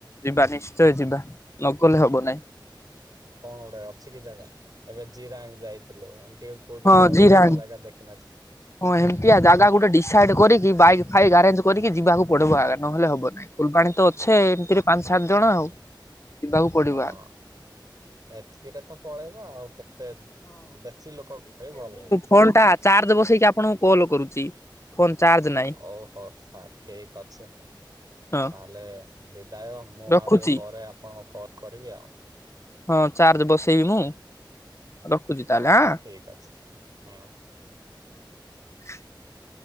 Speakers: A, on the left (about 35°); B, on the right (about 50°).
A: ଯିବା ନିଶ୍ଚୟ ଯିବା ନଗଲେ ହବ ନାଇଁ।
B: କଣ ଗୋଟେ ଅଛି କି ଯାଗା? ଏବେ ଜିରାଙ୍ଗ୍ ଯାଇଥିଲୁ। ଏମତି କୋଉ
A: ହଁ
B: ଜାଗା, ଗୋଟେ
A: ଜିରାଙ୍ଗ
B: ଭଲ ଜାଗା ଦେଖିିନା ଛି
A: ହଁ, ହେମତିଆ ଜାଗା ଗୋଟେ ଡିସାଇଡ୍ କରିକି ବାଇକ୍ ଫାଇକ୍ ଆରେଞ୍ଜ କରିକି ଯିବାକୁ ପଡିବ, ଆଗା ନହଲେ ହବ ନାଇଁ। ଫୁଲବାଣୀ ତ ଅଛେ, ଏମିତିରେ ପାଞ୍ଚ ସାତ ଜଣ ଆଉ। ଯିବାକୁ ପଡିବ
B: ହଁ,
A: ଆଗା
B: ଏତକିରେତ ପଳେଇବା ଆଉ କେତ୍ ତେ, ବେଶୀ ଲୋକ <inaudible> ଭଲ ନାହିଁ।
A: ଫୋନଟା ଚାର୍ଜ ବସେଇକି ଆପଣଙ୍କୁ କଲ୍ କରୁଚି। ଫୋନ୍ ଚାର୍ଜ ନାହିଁ।
B: ଓହୋ! ସାର୍ ଠିକ୍ ଅଛି। ତା,
A: ହଁ।
B: ହେଲେ ବିଦାୟ। ମୁଁ
A: ରଖୁଛି
B: ଆଉ ଟିକେ ପରେ, ଆପଣଙ୍କୁ କଲ୍ କରିବି ଆଉ।
A: ହଁ, ଚାର୍ଜ ବସେଇବି ମୁଁ, ରଖୁଛି ତାହେଲେ
B: ହଉ
A: ଆଁ।
B: ଠିକ ଅଛି ହୁଁ।
A: <inaudible>